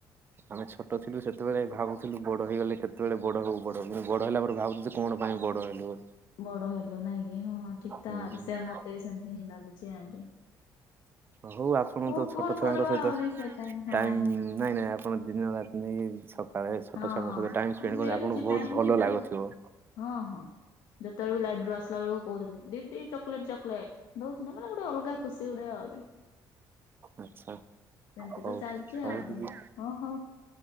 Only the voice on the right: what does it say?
ଆମେ ଛୋଟ ଥିଲୁ ସେତେବେଳେ ଭାବୁଥିଲୁ ବଡ ହେଇଗଲେ କେତେବେଳେ ବଡ ହବୁ ବଡ କିନ୍ତୁ ବଡ ହେଲା ପରେ ଭାବୁଚୁ ଯେ କଣ ପାଇଁ ବଡ ହେଲୁ?
ହୁଁ,
ହଉ ଆପଣଙ୍କୁ
ତ
ଛୋଟ ଛୁଆଙ୍କ
ସହିତ
ଟାଇମ୍ ନାଇଁ ନାଇଁ ଆପଣ ଦିନ ରାତି ନେଇକି ସ କାଳେ ଛୋଟ
ଛୁଆଙ୍କ
ସହିତ ଟାଇମ୍ ସ୍ପେଣ୍ଡ
କଲେ ଆପଣଙ୍କୁ ବହୁତ
ଭଲ
ଲାଗୁଥିବ।
ଆଚ୍ଛା
ହଉ
ହଉ
ଦିଦି